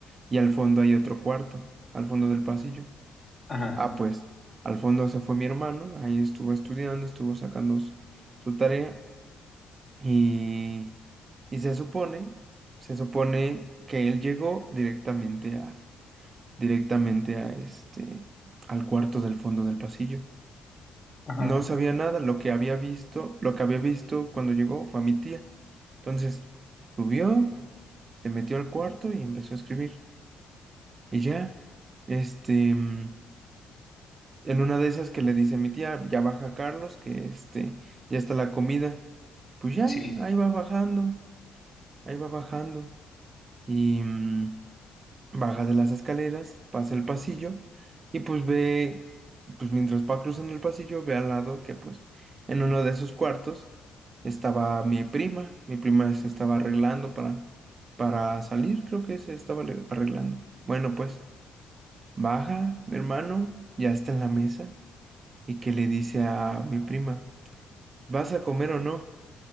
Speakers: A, on the right; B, on the left.
A: y al fondo hay otro cuarto, al fondo del pasillo.
B: ajá,
A: Ah, pues al fondo se fue mi hermano, ahí estuvo estudiando, estuvo sacando s- su tarea y, y se supone, se supone que él llegó directamente a, directamente a este, al cuarto del fondo del pasillo.
B: ajá,
A: No sabía nada, lo que había visto, lo que había visto cuando llegó fue a mi tía. Entonces, subió, se metió al cuarto y empezó a escribir. Y ya, este, mm, en una de esas que le dice a mi tía, ya baja Carlos, que este, ya está la comida. Pues ya,
B: sí.
A: ahí va bajando, ahí va bajando. Y mm, baja de las escaleras, pasa el pasillo y pues ve, pues mientras va cruzando el pasillo, ve al lado que pues en uno de esos cuartos estaba mi prima, mi prima se estaba arreglando para, para salir, creo que se estaba le- arreglando. Bueno, pues baja, mi hermano, ya está en la mesa y que le dice a mi prima, ¿vas a comer o no?